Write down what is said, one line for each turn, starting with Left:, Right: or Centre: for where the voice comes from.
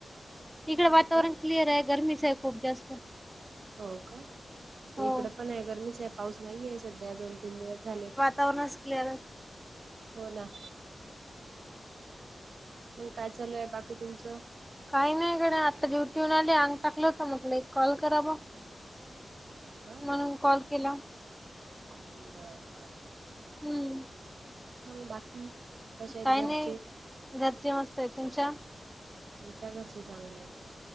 Centre: इकडं
Right: नाही
Centre: वातावरण
Right: का
Centre: क्लिअर आहे गरमीच आहे खूप जास्त.
Right: हो का.
Centre: हो.
Right: इकडं पण आहे गरमीच आहे पाऊस नाहीये सध्या दोन तीन दिवस झाले.
Centre: <unintelligible>
Right: हो ना. मंग काय चालू आहे बाकी तुमचं?
Centre: काही नाही कडे आत्ता ड्युटीऊन आली आंग टाकलं होतं म्हटलं एक कॉल करा ब.
Right: हो का
Centre: म्हणून कॉल केला.
Right: <unintelligible>
Centre: हम्म.
Right: मंग बाकी? कसे आहेत
Centre: काय
Right: घरचे
Centre: नाही घरचे मस्त आहे तुमच्या?
Right: आमच्या घरचे चांगले आहेत.